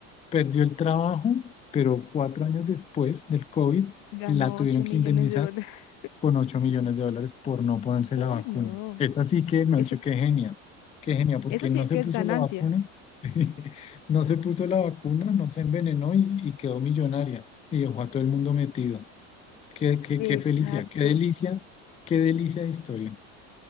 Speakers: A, on the left; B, on the left.
A: Perdió el trabajo, pero cuatro años después del COVID
B: ganó
A: la tuvieron
B: ocho
A: que
B: millones
A: indemnizar
B: de dólares. <laughs>
A: con 8 millones de dólares por no ponerse
B: Uy,
A: la vacuna.
B: no.
A: Es así que, me
B: Eso,
A: han dicho, qué genial, qué genial, porque
B: eso sí
A: no se
B: que
A: puso
B: es ganancia.
A: la vacuna, <laughs> no se puso la vacuna, no se envenenó y, y quedó millonaria y dejó a todo el mundo metido. Qué, qué,
B: Exacto.
A: qué felicidad, qué delicia, qué delicia de historia.